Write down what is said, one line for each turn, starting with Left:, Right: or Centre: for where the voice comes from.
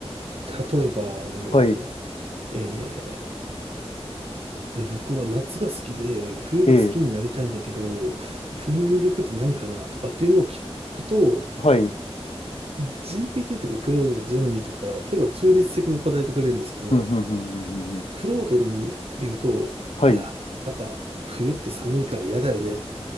Right: 例えば、何があるかな。
Left: はい。
Right: えー、いや、僕は夏が好きで、冬が好きになりたいんだけど、
Left: ええ
Right: 冬の魅力って何かなとかっていうのを聞くと、
Left: はい。
Right: GPT とかクロード、ゼミニとかは結構中立的に答えてくれるんですけど、
Left: ふんふんふんふんふんふん。
Right: クロードに言うと、
Left: はい。
Right: いや、やっぱ冬って寒いから嫌だよねって。